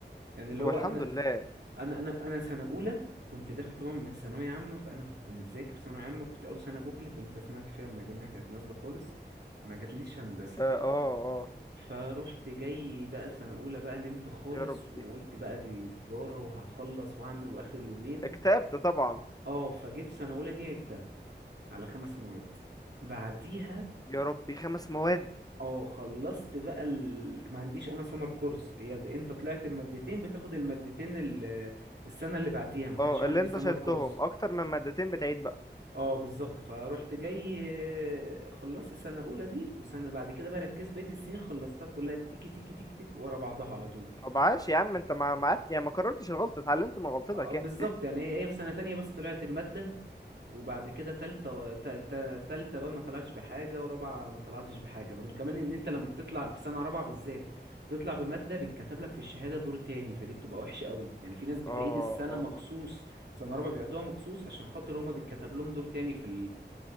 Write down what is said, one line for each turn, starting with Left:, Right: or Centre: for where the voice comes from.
Right: يعني اللي
Left: هو
Right: هو
Left: الحمد
Right: انا
Left: لله
Right: انا انا انا سنه اولى كنت داخل طبعا من ثانويه عامه فانا كنت مذاكر في ثانويه عامه وكنت اول سنه بوكلت اللي انت سمعت فيها المجاميع كانت نازله خالص ما جاتليش هندسه
Left: اه اه آه.
Right: فروحت جاي بقى سنه اولى بقى نمت خالص
Left: يا ربي
Right: وقلت بقى دي تجاره وهخلص واعمل واخر يومين
Left: اكتئبت طبعا
Right: اه فجيت سنه اولى دي عدتها على خمس مواد بعديها
Left: يا ربي خمس مواد
Right: اه خلصت بقى ال... ما عنديش انا سمر كورس هي د- انت طلعت بمادتين بتاخد المادتين ال... السنه اللي بعديها ما كانش
Left: اه
Right: عندي
Left: اللي انت
Right: سمر
Left: شلتهم
Right: كورس
Left: اكتر من مادتين بتعيد بقى
Right: اه بالظبط فروحت جاي آه، خلصت السنه الاولى دي وسنه بعد كده بقى ركزت بقيه السنين خلصتها كلها تيكي تيكي تيك تيك ورا بعضها على طول
Left: طب عاش يا عم انت ما ما قعدت- يعني ما كررتش الغلطه اتعلمت من غلطتك
Right: اه بالظبط
Left: يعني
Right: يعني هي هي في سنه تانية بس طلعت بماده وبعد كده تالتة و- تا- تا- تالتة بقى ما طلعتش بحاجة ورابعة ما طلعتش بحاجة برضو كمان ان انت لما بتطلع في سنة رابعة بالذات بتطلع بمادة بيتكتب لك في الشهادة دور تاني فدي بتبقى وحشة قوي يعني في ناس بتعيد
Left: اه
Right: السنة
Left: اه
Right: مخصوص سنة رابعة بيقعدوها مخصوص عشان خاطر هما بيتكتب لهم دور تاني في